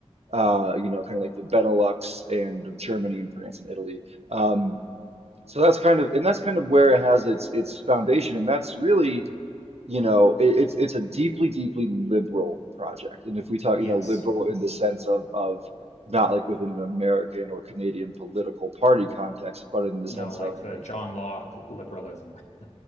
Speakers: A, on the right (about 65°); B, on the left (about 90°).
A: uh, you know, kind of like the Benelux and Germany and France and Italy. Um, so that's kind of, and that's kind of where it has its its foundation, and that's really, you know, it, it's it's a deeply, deeply liberal project. And if we talk,
B: Yes.
A: you know, liberal in the sense of of not like within an American or Canadian political party context, but in the
B: No,
A: sense
B: like
A: of
B: the
A: like
B: John Locke liberalism. <laughs>